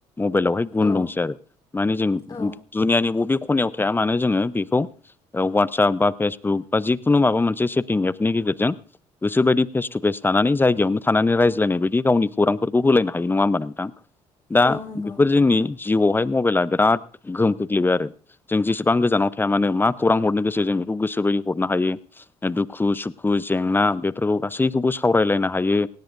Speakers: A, on the left; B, on the left.
A: मबाइलावहाय गुन
B: औ
A: दंसै आरो माने जों
B: औ
A: दुनियानि बबे खनायाव थाया मानो जोङो बेखौ ओ वाट्सआप बा फेसबुक बा जिखुनु माबा मोनसे सेटिं एपनि गेजेरजों। गोसो बायदि फेस टु फेस थानानै जायगायावनो थानानै रायज्लायनाय बायदि गावनि खौरांफोरखौ होलायनो हायो नङा होमबा नोंथां। दा
B: औ नंगौ
A: बेफोर जोंनि जिउआवहाय मबाइला बिराद गोहोम खोख्लैबाय आरो। जों जेसेबां गोजानाव थाया मानो मा खौरां हरनो गोसो जों बेखौ गोसोबायदि हरनो हायो। दुखु सुखु जेंना बेफोरखौ गासैखौबो सावरायलायनो हायो।